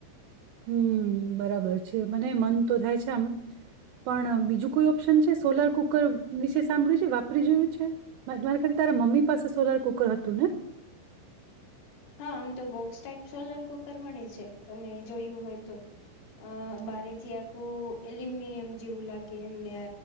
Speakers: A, on the right; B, on the left.
A: હમ્મ બરાબર છે મને મન તો થાય છે આમ, પણ બીજું કોઈ ઓપ્શન છે સોલાર કુકર વિશે સાંભળ્યું છે વાપરી જોયું છે, મા મારા કરતા તારા મમ્મી પાસે સોલાર કુકર હતું ને?
B: હા આમ તો બોક્સ ટાઈપ સોલાર કુકર મળે છે તમે જોયું હોય તો, અહ બારે થી આખું એલ્યુમિનિયમ જેવું લાગે એમને